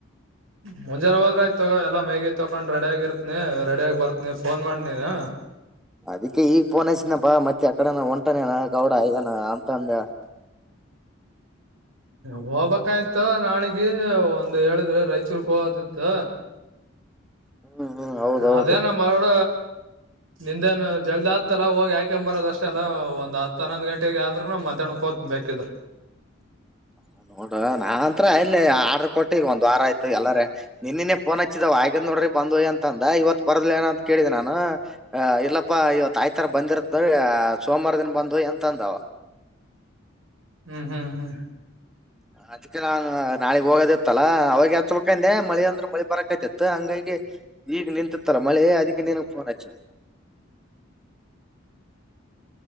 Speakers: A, on the right; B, in the centre.
A: ಮುಂಜಾನ್ ಹೋದ್ರ ಆಯ್ತಗೊ ಎಲ್ಲ ಮೈಗಿತ್ತು ತಕೊಂಡ್ ರೆಡಿಯಾಗಿರ್ತನಿ ರೆಡಿಯಾಗಿ ಬರ್ತನಿ ಫೋನ್ ಮಾಡ್ ನೀನು.
B: ಅದಿಕ್ಕೆ ಈಗ ಪೋನಸನಪ್ಪಾ ಮತ್ತೆ ಅಕಡನ ಒಂಟಾನೇನ ಗೌಡ ಐನ ಹಾ ಅಂತ ಅಂದ
A: ಹೋಗ್ಬೇಕಾಯಯ್ತ ನಾಳಗ ಒಂದ್ ಹೇಳಿದ್ರೆ ರಾಯಚೂರ್ಗೆ ಹೋಗದತ್
B: ಹ್ಮ್ ಹ್ಮ್ ಹೌದೌದು
A: ಅದೇನ ಮರಡ ನಿಂದೇನು ಜಲ್ದ್ ಆತಲ್ಲಾ ಹೋಗಿ ಆಯ್ಕೊ ಬರೋದ ಅಷ್ಟ ಅಲ್ಲ ಒಂದ ಹತ್ ಹನ್ನೊ ಗಂಟೆಗೆ ಆದರು ಮಾತಣ ಕೋತ ಬೇಕಿದ್ರ
B: ಹ ನೋಡುವ ನಾನ್ತ್ರ ಇಲ್ಲಿ ಆರ್ಡ್ರ ಕೊಟ್ಟ ಈಗ ಒಂದ್ ವಾರ ಆಯ್ತು ಎಲ್ಲಾರ ನಿನ್ನನ ಫೋನ್ ಹಚ್ಚಿದಾವ ಆಗದ್ ನೋಡ್ರಿ ಬಂದು ಅಂತ ಅಂದ ಇವತ್ತು ಬರದ್ಲ ನ ಅಂತ ಕೇಳಿದೆ ನಾನು ಅ ಇಲ್ಲಪ್ಪಾ ಇವತ್ತ ಆಯಿತರ ಬಂದಿರತ್ತ ಸೋಮವಾರ ದಿನ ಬಂದು ಎಂತಂದವ
A: ಹ್ಮ್ ಹ್ಮ್ ಹ್ಮ್
B: ಅದಕ್ಕೆ ನಾನ್ ನಾಳಗ್ ಹೋಗೋದ ಇತ್ತಲ್ಲಾ ಅವಾಗ ಚಲ್ಕಂದೆ ಮಳಿ ಅಂದ್ರೆ ಮಳಿ ಬರಕತಿತ್ ಹಂಗಾಗಿ ಈಗ ನಿಂತತ್ತಲ್ಲಾ ಮಳೆ ಅದಕ್ಕೆ ನನ ಫೋನ್ ಹಚ್ಚಿದೆ